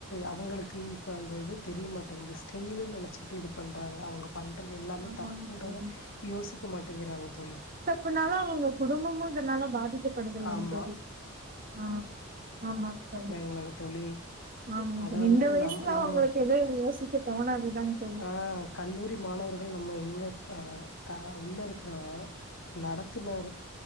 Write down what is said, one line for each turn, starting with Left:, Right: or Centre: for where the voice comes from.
Left: அவங்களுக்கு இப்ப அந்த இது தெரியமாட்டேங்க இந்த ஸ்டேலு நனச்சிக்கிட்டு இது பண்றாங்க அவங்கப் பண்றது எல்லாமே
Right: ஆமாங்க
Left: தப்புன்றது
Right: தோழி
Left: யோசிக்க மாட்டேங்கிறாங்க தோழி
Right: இப்புனாலு அவங்க குடும்பமும் இதனால பாதிக்கப் படுதுலன்
Left: ஆமா
Right: தோழி ஆ ஆமா தோழி
Left: இல்லங்க தோழி
Right: ஆமா
Left: அதாவது
Right: இந்த வயசுலோ
Left: நம் நம்ம
Right: அவங்களுக்கு எத யோசிக்க தோணாதுதன் தோழி
Left: ஆ கல்லூரி மாணவர்கள் நம்ம எங்க ப கா உள்ள இருக்கிறவ நடத்துனாரு